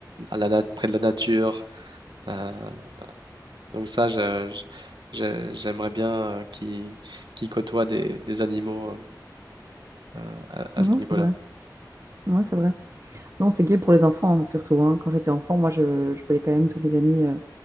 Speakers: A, on the right; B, on the right.
A: à la nat- près de la nature. Euh, donc ça, je- je- je- j'aimerais bien euh, qu'il qu'il côtoie des, des animaux euh, à,
B: Non,
A: à ce niveau-là.
B: c'est vrai. Oui, c'est vrai. Non, c'est gay pour les enfants, hein, surtout. hein. Quand j'étais enfant, moi, je, je voyais quand même tous mes amis, euh,